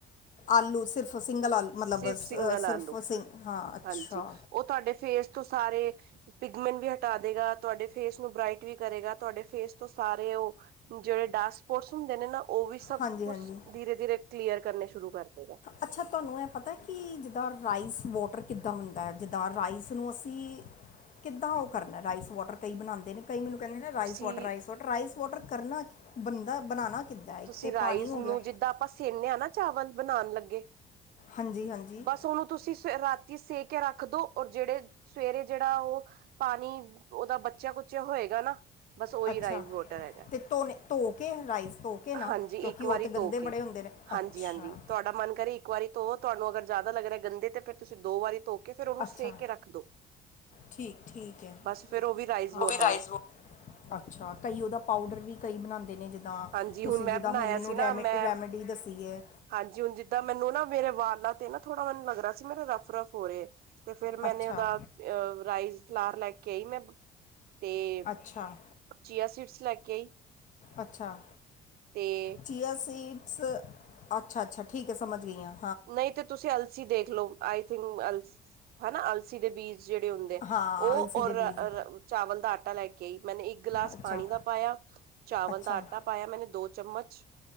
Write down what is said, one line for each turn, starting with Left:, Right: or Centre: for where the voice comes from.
Left: ਆਲੂ ਸਿਰਫ ਸਿੰਗਲ ਆਲੂ ਮਤਲਬ
Right: ਸਿਰਫ ਸਿੰਗਲ ਆਲੂ
Left: ਸਿਰਫ ਸਿੰ ਹਾਂ ਅੱਛਾ।
Right: ਹਾਂਜੀ ਉਹ ਤੁਹਾਡੇ ਫੇਸ ਤੋਂ ਸਾਰੇ ਪਿਗਮਨ ਵੀ ਹਟਾ ਦੇਗਾ ਤੁਹਾਡੇ ਫੇਸ ਨੂੰ ਬ੍ਰਈਟ ਵੀ ਕਰੇਗਾ ਤੁਹਾਡੇ ਫੇਸ ਤੋਂ ਸਾਰੇ ਉਹ ਜਿਹੜੇ ਡਾਕ ਸਪੋਰਟਸ ਹੁੰਦੇ ਨੇ ਨਾ ਉਹ ਵੀ ਸਭ
Left: ਹਾਂਜੀ
Right: ਕੁਛ
Left: ਹਾਂਜੀ
Right: ਧੀਰੇ ਧੀਰੇ ਕਲੀਅਰ ਕਰਨੇ ਸ਼ੁਰੂ ਕਰਦੇ ਗਾ।
Left: ਅੱਛਾ ਤੁਹਾਨੂੰ ਇਹ ਪਤਾ ਕਿ ਜਿੱਦਾਂ ਰਾਈਸ ਵੋਟਰ ਕਿੱਦਾਂ ਹੁੰਦਾ ਐ? ਜਿੱਦਾਂ ਰਾਈਸ ਨੂੰ ਅਸੀਂ ਕਿੱਦਾਂ ਉਹ ਕਰਨਾ ਰਾਈਸ ਵਾਟਰ ਕਈ ਬਣਾਦੇ ਨੇ ਕਈ ਮੈਨੂੰ ਕਹਿੰਦੇ ਨੇ ਰਾਈਸ
Right: ਤੁਸੀਂ
Left: water rice water rice water ਕਰਨਾ ਬੰਦਾ ਬਣਾਣਾ ਕਿੱਦਾਂ ਹੈ? ਇੱਕ
Right: ਤੁਸੀਂ
Left: ਤੇ
Right: ਰਾਈਜ਼
Left: ਪਾਣੀ ਹੋ
Right: ਨੂੰ
Left: ਗਿਆ
Right: ਜਿੱਦਾਂ ਆਪਾਂ ਸੇਨੇ ਆ ਚਾਵਲ ਬਣਾਣ ਲੱਗੇ
Left: ਹਾਂਜੀ ਹਾਂਜੀ
Right: ਬਸ ਉਹਨੂੰ ਤੁਸੀਂ ਸ ਰਾਤੀ ਸੇ ਕੇ ਰੱਖਦੋ ਔਰ ਜਿਹੜੇ ਸਵੇਰੇ ਜਿਹੜਾ ਉਹ ਪਾਨੀ ਉਹਦਾ ਬੱਚਿਆ-ਕੁਚਿਆ ਹੋਏਗਾ ਨਾ ਬਸ ਉਹੀ
Left: ਅੱਛਾ
Right: ਰਾਈਸ ਵਾਟਰ ਹੈਗਾ
Left: ਤੇ ਧੋਨੇ ਧੋ ਕੇ ਰਾਈਸ ਧੋ ਕੇ ਨਾ
Right: ਹਾਂਜੀ
Left: ਕਿਉਂਕਿ
Right: ਇੱਕ
Left: ਉਹ
Right: ਵਾਰੀ
Left: ਤੇ
Right: ਤੋ
Left: ਗੰਦੇ
Right: ਕੇ
Left: ਬੜੇ ਹੁੰਦੇ ਨੇ
Right: ਹਾਂਜੀ-
Left: ਅੱਛਾ
Right: ਹਾਂਜੀ ਤੁਹਾਡਾ ਮਨ ਕਰੇ ਇੱਕ ਵਾਰੀ ਧੋ ਤੁਹਾਨੂੰ ਅਗਰ ਜ਼ਿਆਦਾ ਲੱਗ ਰਿਹਾ ਗੰਦੇ ਤੇ ਫਿਰ ਤੁਸੀਂ ਦੋ ਵਾਰੀ ਧੋ ਫ਼ਿਰ ਉਹਨੂੰ
Left: ਅੱਛਾ
Right: ਸੇ ਕੇ ਰੱਖ ਦੋ
Left: ਠੀਕ ਠੀਕ ਹੈ
Right: ਬਸ ਫੇਰ ਉਹ ਵੀ ਰਾਈਸ ਵੋਟਰ
Left: ਉਹ ਹਾਂ ਰਾਈਸ
Right: ਏ।
Left: ਅੱਛਾ ਕਈ ਉਹਦਾ ਪਾਊਡਰ ਵੀ ਕਈ ਬਣਾੰਦੇ ਨੇ ਜਿਦਾ ਜਿਦਾਂ
Right: ਹਾਂਜੀ
Left: ਤੁਸੀਂ
Right: ਹੁਣ ਮੈਂ
Left: ਜਿੱਦਾਂ
Right: ਬਣਾਇਆ
Left: ਹੁਨ ਮੈਨੂੰ
Right: ਸੀ ਨਾ
Left: ਰੈ
Right: ਮੈਂ
Left: ਰੈਮੇਡੀ ਦੱਸੀ ਏ।
Right: ਹਾਂਜੀ ਹੁਨ ਜਿੱਦਾਂ ਮੈਨੂੰ ਨਾ ਮੇਰੇ ਵਾਲਾ ਤੇ ਨਾ ਥੋੜਾ ਮੈਨੂੰ ਲੱਗ ਰਹਾ ਸੀ ਮੇਰੇ ਰਫ-ਰਫ ਹੋ ਰਹੇ ਤੇ ਫੇਰ ਮੈਨੇ
Left: ਅੱਛਾ
Right: ਉਹਦਾ ਅ ਰਾਈਸ ਫਲਾਰ ਲੈ ਕੇ ਆਈ ਮੈਂ, ਤੇ
Left: ਅੱਛਾ।
Right: ਚੀਆ ਸੀਡਸ ਲੈ ਕੇ ਆਈ
Left: ਅੱਛਾ,
Right: ਤੇ
Left: ਚੀਆ ਸੀਡ ਸਰ ਅੱਛਾ-ਅੱਛਾ ਠੀਕ ਹੈ ਸਮਝ ਗਈ ਆ।
Right: ਨਹੀਂ ਤੇ ਤੁਸੀਂ ਅਲਸੀ ਦੇਖ ਲਓ ਆਈ ਥਿੰਕ ਅਲਸੀ ਹਨਾ ਅਲਸੀ ਦੇ ਬੀਜ ਜਿਹੜੇ ਹੁੰਦੇ,
Left: ਹਾਂ
Right: ਉਹ
Left: ਅਲਸੀ
Right: ਔਰ
Left: ਦੇ ਬੀਜ
Right: ਚਾਵਲ ਦਾ ਆਟਾ ਲੈ ਕੇ ਆਈ ਮੈਨੇ ਇੱਕ ਗਲਾਸ
Left: ਅੱਛਾ
Right: ਪਾਣੀ ਦਾ ਪਾਇਆ ਚਾਵਲ
Left: ਅੱਛਾ
Right: ਦਾ ਆਟਾ ਪਾਇਆ ਮੈਨੇ ਦੋ ਚਮਚ